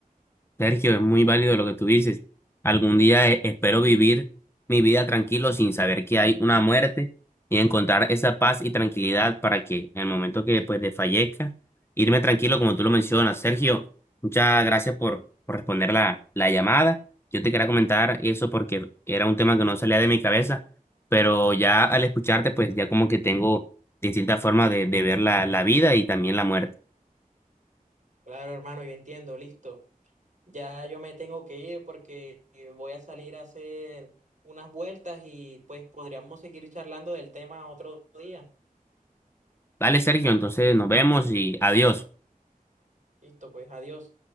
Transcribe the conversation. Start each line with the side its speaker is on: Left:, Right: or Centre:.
Left: Sergio, es muy válido lo que tú dices. Algún día eh, espero vivir mi vida tranquilo sin saber que hay una muerte y encontrar esa paz y tranquilidad para que en el momento que pues desfallezca, irme tranquilo como tú lo mencionas. Sergio, muchas gracias por, por responder la, la llamada. Yo te quería comentar eso porque era un tema que no salía de mi cabeza, pero ya al escucharte pues ya como que tengo distintas formas de, de ver la, la vida y también la muerte.
Right: Claro, hermano, yo entiendo, listo. Ya yo me tengo que ir porque eh, voy a salir a hacer unas vueltas y pues podríamos seguir charlando del tema otro día.
Left: Vale, Sergio, entonces nos vemos y adiós.
Right: Listo, pues adiós.